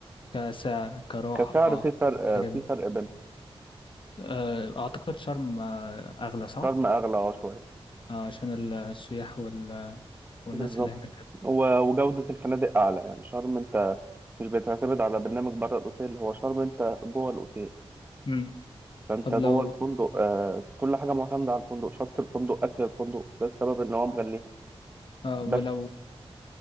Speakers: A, on the left; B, on the right.
A: كسعر كراحة
B: كسعر في فرق
A: كتجربة
B: في فرق بين
A: آه أعتقد شرم آه أغلى صح؟
B: شرم اغلى اه شويه
A: آه عشان السياح وال والناس
B: بالظبط
A: اللي هناك
B: و- وجودة الفنادق أعلى يعني شرم أنت مش بتعتمد على برنامج بره الأوتيل هو شرم أنت جوه الأوتيل
A: مم.
B: فأنت
A: طب
B: جوه
A: لو
B: الفندق آه كل حاجة معتمدة على الفندق شط الفندق أكل الفندق ده السبب إن هو مغليها
A: آه ولو
B: بس